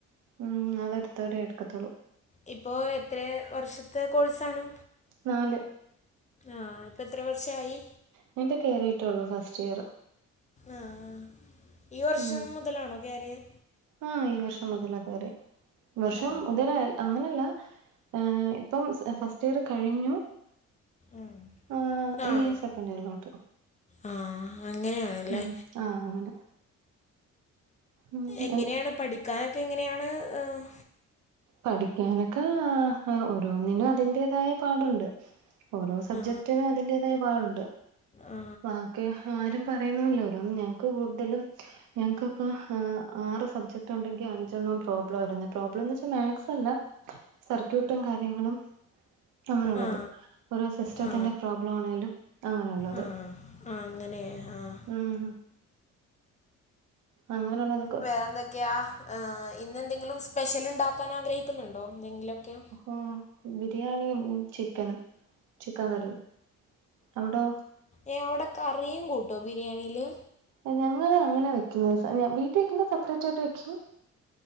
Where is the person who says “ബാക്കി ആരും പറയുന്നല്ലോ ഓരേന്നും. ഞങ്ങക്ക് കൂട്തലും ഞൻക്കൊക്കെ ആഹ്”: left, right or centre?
Right